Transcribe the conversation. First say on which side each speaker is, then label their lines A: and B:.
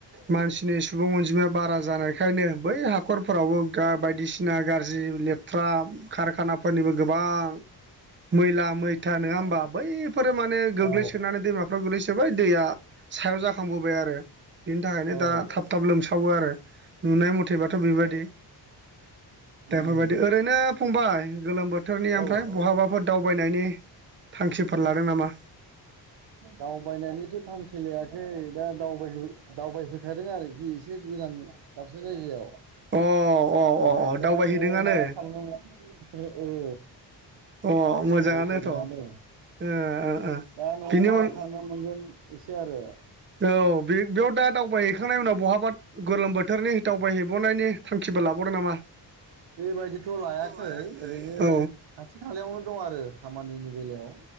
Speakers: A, on the right; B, on the right.
A: मानसिनि सुबुं अनजिमाया बारा जानायखायनो बै हाखरफोरावबो बायदिसिना गाज्रि -लेथ्रा कारखानाफोरनिबो गोबां मैला- मैथा नङा होमबा बैफोरो माने गोग्लैसोनानै
B: औ
A: दैमाफ्राव गोग्लैसोबाय दैया सायाव जाखांबोबाय आरो। बेनि थाखायनो
B: औ
A: दा थाब -थाब लोमसावो आरो नुनाय मथेबाथ' बेबायाददि।
B: उम
A: देफोरबायदि ओरैनो फंबाय गोलोम बोथोरनि ओमफ्राय
B: औ
A: बहाबाफोर दावबायनायनि थांखिफोर लादों नामा?
B: दावबायनायनिथ' थांखि लायाखै दा दावबायहोखादों आरोखि एसे इसे गोलांनो दाबसे जायगायाव।
A: अ अ
B: ओमफ्राय
A: अ अ
B: दा
A: दावबायहैदोंआनो
B: न'आव मा ला थाड़ो अ-ओ।
A: औ अ मोजाङानोथ'
B: औ आं फायदोंआनो
A: ओ ओ ओ
B: दा न'आव
A: बिनि
B: माला
A: उन
B: थांनो मोनगोन बेसे आरो।
A: औ बे बेयाव दा दावबाय हैखांनायनि उनाव बहाबा गोलोम बोथोरनि दावबाय हैबावनायनि थांखि -फोर लाबावदों नामा?
B: बेबायदिथ'
A: औ
B: लायाखै ओरैनो खाथि खालायावनो दं आरो खामानिनि बेलायाव।